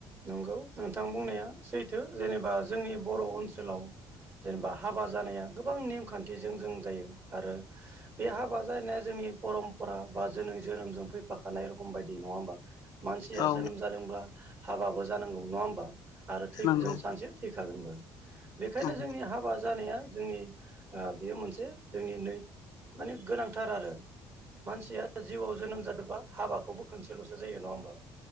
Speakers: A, on the right (about 30°); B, on the left (about 60°).
A: नंगौ नोंथां बुंनाया सैथो जेनेबा जोंनि बर' ओनसोलाव जेनेबा हाबा जानाया गोबां नेमखान्थिजों जों जायो आरो बे हाबा जाहानाया जोंनि परम्परा बा जोनै जोनोमजों फैफाखानाय रखम बायदि नंङा होमबा मानसिया
B: औ
A: जोनोम जादोंब्ला हाबाबो जानांगौ नंङा होमबा आरो थै
B: नंगौ
A: जों सानसे थैखागोनबो बेखायनो
B: औ
A: जोंनि हाब हाबा जानाया जोंनि ओ बेयो मोनसे जोंनि नै माने गोनांथार आरो मानसिया जिउआव जोनोम जादोंबा हाबाखौबो खनसेल'सो जायो नंङा होमबा